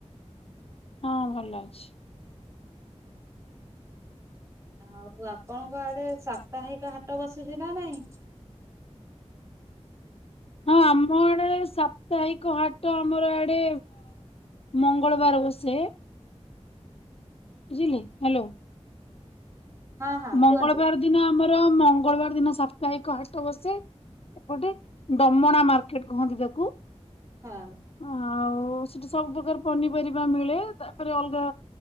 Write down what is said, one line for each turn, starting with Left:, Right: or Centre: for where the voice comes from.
Left: ହଁ ଭଲ ଅଛି।
Right: ଆଉ ଆପଣଙ୍କ ଆଡେ ସାପ୍ତାହିକ ହାଟ ବସୁଛି ନା ନାଇଁ।
Left: ହଁ ଆମ ଆଡେ ସାପ୍ତାହିକ ହାଟ ଆମର ଆଡେ। ମଙ୍ଗଳବାର ବସେ। ବୁଝିଲେ ହ୍ୟାଲୋ।
Right: ହଁ ହଁ
Left: ମଙ୍ଗଳବାର
Right: କୁହନ୍ତୁ।
Left: ଦିନ ଆମର ମଙ୍ଗଳବାର ଦିନ ସାପ୍ତାହିକ ହାଟ ବସେ। ଏପଟେ ଡମଣା ମାର୍କେଟ କୁହନ୍ତି ତାକୁ।
Right: ହଁ।
Left: ଆଉ ସେଠି ସବୁପ୍ରକାର୍ ପନିପରିବା ମିଳେ ତାପରେ ଅଲଗା।